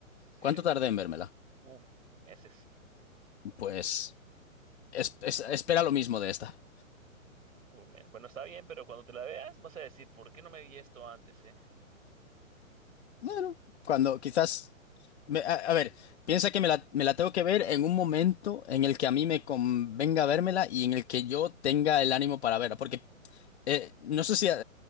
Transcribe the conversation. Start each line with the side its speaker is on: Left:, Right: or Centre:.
Right: ¿sí?
Left: ¿Cuánto tardé en vérmela?
Right: Uf, meses.
Left: Pues es- es- espera lo mismo de esta.
Right: Uf, men. Bueno, está bien, pero cuando te la veas vas a decir, ¿por qué no me vi esto antes, eh?
Left: Bueno, cuando quizás. me- a, a ver, piensa que me la, me la tengo que ver en un momento en el que a mí me convenga vérmela y en el que yo tenga el ánimo para verla. Porque eh, no sé si eh,